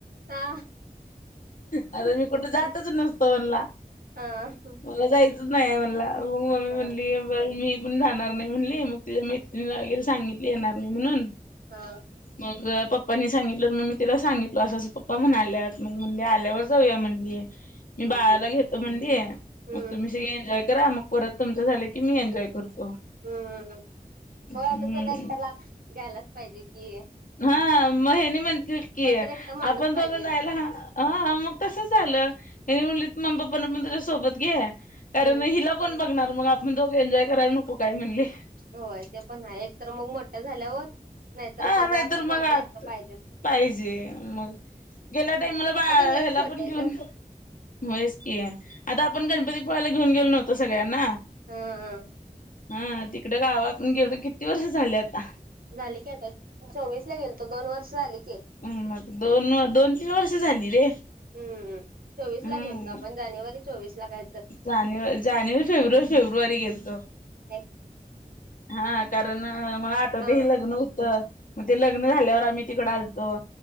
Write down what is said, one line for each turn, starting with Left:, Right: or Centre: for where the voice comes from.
Right: हा
Left: अर मी कुठे जातच नसतो म्हणला
Right: हा हा
Left: मला जायच नाही म्हणला मग ममी
Right: हा
Left: म्हणली बर मी पण जाणार नाही म्हणली मग तिच्या मैत्रिणीला वगैरे सांगितले येणार नाही म्हणून
Right: हा
Left: मग पप्पांनी सांगितलं मग मी तिला सांगितललं असं् पप्पा म्हण आल्यात मग म्हणजे आल्यावर जाऊया म्हणे मी
Right: हम्म
Left: बाळाला
Right: हम्म
Left: घेतो म्हणली
Right: हम्म
Left: मग तुम्ही एन्जॉय करा मग परत तुमचं झालं की मी एन्जॉय करतो
Right: हम्
Left: हम्म
Right: हो आता तर नाही एक त्याला घ्यायलाच पाहिजे कि
Left: हा म हेनी म्हणतील की
Right: कोणतर एकटा माणूस
Left: आपण
Right: पाहिजे
Left: दोघं जायला हा. हा मग कसं झालं हे म्हणली म्मी पप्पाना पण त्याझ्या सोबत घे
Right: हम्म
Left: कारण हिला पण बघणार मग आपण दोघं एन्जॉय करायला नको काही म्हणले
Right: होय ते पण आहे एक तर मग मोठ्या झाल्यावर नाहीतर
Left: हा
Right: मग
Left: नाहीतर
Right: आता कोणतरी
Left: मग आत
Right: एकट पाहिजेच
Left: पाहिजे मग गेल्या
Right: अजून
Left: टाईमला बा
Right: लईच
Left: ह्याला
Right: छोटा
Left: पण
Right: आहे
Left: घेऊन
Right: ग.
Left: होच की आता आपण गणपतीपुळाला घेऊन गेलो नव्हतो सगळ्यांना
Right: हा
Left: हा तिकडे गाव आपण गेलो तर किती वर्ष झाले आता
Right: झाले की आता चोवीस ला गेलो दोन वर्ष झालेली
Left: म मग दोन दोन तीन वर्ष झाली रे
Right: हम्म चोवीस
Left: हम्म
Right: ला गेलताव आपण जानेवारी चोवीस ला काय तर-
Left: जानेवारी जानेवारी फेब्रुवारी फेब्रुवारी गेलतो
Right: हा
Left: हा कारण मला ते
Right: हा
Left: लग्न होत मग ते लग्न झाल्यावर आम्ही तिकड आलतो